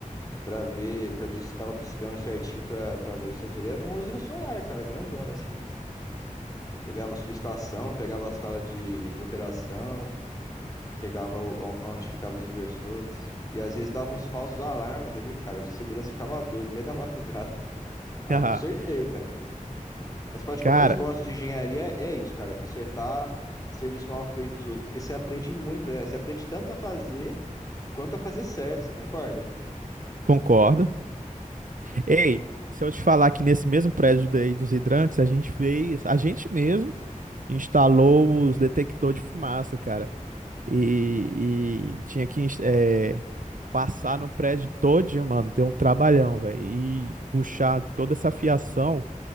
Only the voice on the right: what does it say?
<laughs>
cara,
concordo.
Ei, se eu te falar que nesse mesmo prédio daí dos hidrantes, a gente fez, a gente mesmo instalou os detectores de fumaça, cara. E, e tinha que eh, passar no prédio todinho, mano. Deu um trabalhão, velho. E puxar toda essa fiação